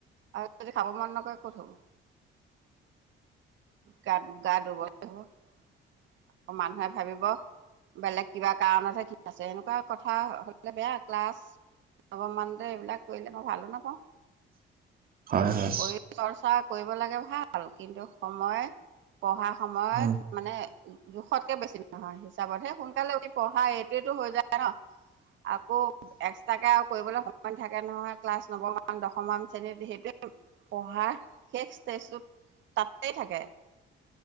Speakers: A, on the right; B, on the right.
A: আৰু যদি খাব মন নক ক'ত হব? গাত গা দুৰ্বল হব আকৌ মানুহে ভাবিব বেলেগ কিবা কাৰণতহে ঠিক আছে এনেকুৱা কথা হলে বেয়া ক্লাছ অলমানতে এইবিলাক কৰিলে মই ভালো নাপাওঁ।
B: হয়, হয়।
A: পৰি চৰ্চা কৰিব লাগে ভাল কিন্তু সময় পঢ়াৰ সময়ত
B: উম,
A: মানে জোখতকে বেছি নহয় হিচাপত সেই সোনকালে পঢ়া এইটোৱটো হৈ যায় ন। আকৌ এক্সট্ৰাকে আৰু কৰিবলৈ সময় থাকে নহয় ক্লাছ নৱমান দশমমান শ্ৰেণীত সেইটোৱে পঢ়াৰ শেষ ষ্টেজটোত তাতেই থাকে।